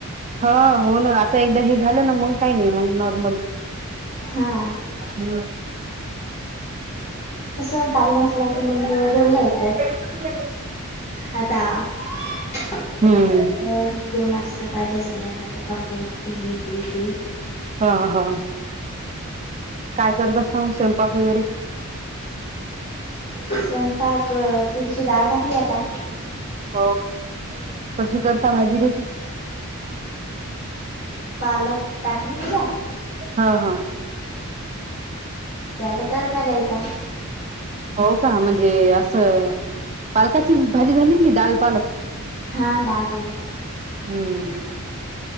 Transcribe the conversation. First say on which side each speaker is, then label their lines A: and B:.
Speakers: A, on the right (about 30°); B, on the left (about 40°).
A: हं हो नां आतां एकदां हे झालं नां मंग कांहीं नाहीं मंग नॉर्मल
B: हां
A: हम्मं
B: कसं टाईम असलां की मंग बोलला येतं
A: हॅलो.
B: आतां घरं
A: हम्म
B: जेवणांच सकाळच्यां संध्याकांळच्यां कांपू बोलते हे ते ते
A: हं हं कायं करतं असतां मंग स्वयंपाक वगैरें
B: स्वयंपाक तूरिची दांळ टांकली आतां
A: हो कां कशी करतां भांजी त्यांची
B: पालक टांकली तेच्यांत.
A: हं हं
B: त्यांला तडकां द्यांयचा.
A: हो कां म्हणजे असं पालकांची भांजी झाली ती दांल पालक.
B: हां डाळं पालक
A: हम्मं